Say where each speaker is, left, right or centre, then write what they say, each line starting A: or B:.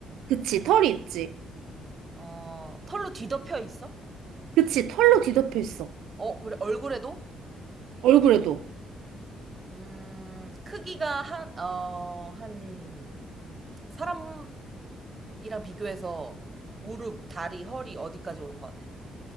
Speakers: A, on the right; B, on the right.
A: 그치. 털이 있지.
B: 어, 털로 뒤덮여 있어?
A: 그치. 털로 뒤덮여 있어.
B: 어, 그래, 얼굴에도?
A: 얼굴에도.
B: 음, 크기가 한, 어, 한, 사람 이랑 비교해서 무릎, 다리, 허리 어디까지 오는 것 같아?